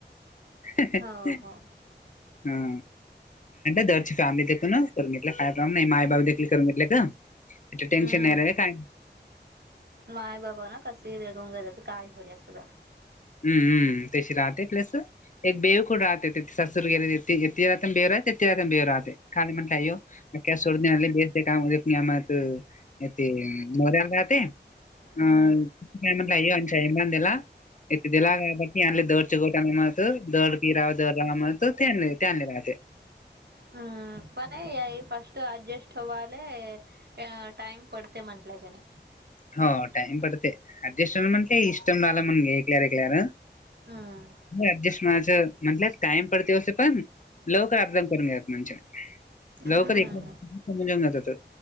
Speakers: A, on the left; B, on the right.
A: हा
B: हो हो
A: दरची फॅमिली देखील करून घेतलं काय प्र नाही माई बाबू देखील करून घेतलं का टनशन
B: हम्म
A: नाही का
B: माय बाबा ना कस देघून घच काय होल सुधा
A: हम्मम्म त्याशी राहते प्लस एक बेव कुड राहते तेि सासूर गेरेिे यती रातन बेव राहते य ती रातम बेऊ राहते काय म्हटलंयो अख्या सोडणे आले बेसते काम आम ते नऱ्याला राहते अि
B: हम्म
A: काय म्हटला ये अच्याबला य दिला काबट आंली दोडचोतंनामत दोडकीराव दोड रावमत त तेनली तेनली राते
B: हम्म पणे अ फस्ट अडजस्ट आव्लेे अ टाइम पडते म्हंटल्याच्याने
A: हो टाईम पडते अड्जस्ट हो म्हणे इष्टं रला म्हनग एकलर ए क्लर
B: हम्म
A: अड्जस्ट माच म्हंटलं कााईम पडते असस पण लवकर आरदम करून घात मणजला
B: हम्म
A: लवकर एक समजून जात